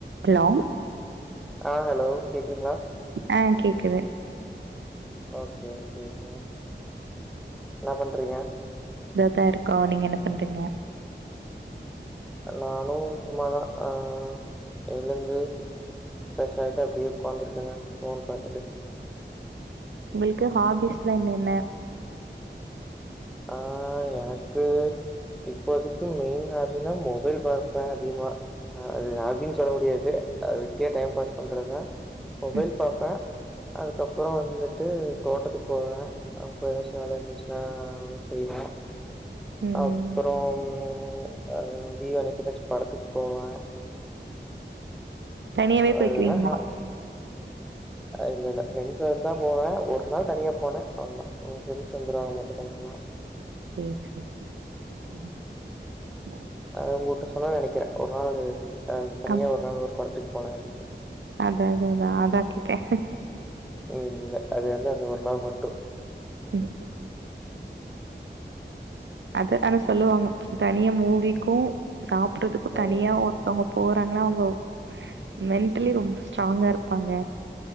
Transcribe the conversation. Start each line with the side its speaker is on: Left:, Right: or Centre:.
Right: Hello
Centre: ஆ hello கேக்குதுங்ளா
Right: ஆ கேக்குது
Centre: ஓகே ஓகே ஓகே என்னா பண்றீங்க
Right: இதா தா இருக்கோ நீங்க என்ன பண்றீங்க
Centre: நானு சும்மாதா ஆ எழுந்து ப்ரெஷ் ஆகிட்டு அப்டியே உக்காந்துருக்கங்க ஃபோன் பாத்துட்டு
Right: உங்களுக்கு ஹாபிஸ்லா என்னென்ன
Centre: ஆ எனக்கு இப்போதைக்கு மெயின் அப்டின்னா மொபைல் பாப்ப அதிமா ஹ அது ஹாபின் சொல்ல முடியாது அ வெட்டியா டைம் பாஸ் பண்றதுதா மொபைல்
Right: ம்
Centre: பாப்ப அதுக்கப்ற வந்துட்டு தோட்டத்துக்கு போவ அப்ப எதாச்சு வேல இருந்துச்சுனா எதாவது செய்வ
Right: ம்
Centre: அப்றம் அ லீவ் அனிக்கு எதாச்சு படத்துக் போவே
Right: தனியாவே
Centre: அதெல்லா
Right: போய்க்குவீங்ளா
Centre: ஹ இல்ல இல்ல ப்ரெண்ஸ் இருந்தா போவே ஒரு ஒரு நாள் தனியா போனே அவ்ளோதா ப்ரெண்ஸ் வந்துருவாங்க மத்த டைம்லா
Right: சேரி சேரி ம்
Centre: அ உங்ககிட்ட சொன்னே நனைக்கிறே ஒரு நாளு அ தனியா
Right: அம்
Centre: ஒரு நாள் ஒரு படத்துக்கு போனே அப்டின்
Right: அதா அதா அதா அதா கேட்ட
Centre: ம் இல்ல அது வந்து அந்த ஒரு நாள் மட்டு
Right: ம் அது ஆனா சொல்லுவாங்க தனியா மூவிக்கு சாப்பறதுக்கு
Centre: ம்
Right: தனியா ஒருத்தோங்க போறாங்கன்னா அவுங்க மென்டலி ரொம்ப ஸ்டாங்கா இருப்பாங்க